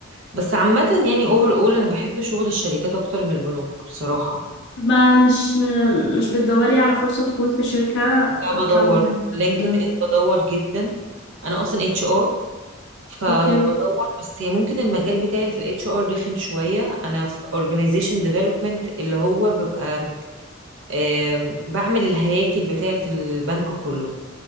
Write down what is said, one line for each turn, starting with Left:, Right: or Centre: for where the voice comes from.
Right: بس عامة يعني اوفر اول انا بحب شغل الشركات اكتر من البنوك بصراحة
Left: ما مش م- مش بتدوري على فرصة تكون في شركة
Right: لا بدور
Left: اكاونتنت
Right: لينكد
Left: مثلا
Right: ان بدور جدا انا اصلا اتش ار فبدور
Left: اوكي
Right: بس ممكن المجال بتاعي اللي في الاتش ار رخم شويه انا في اورجانيزيشن ديفلوبمنت اللي هو ببقى آم، بعمل الهياكل بتاعه البنك كله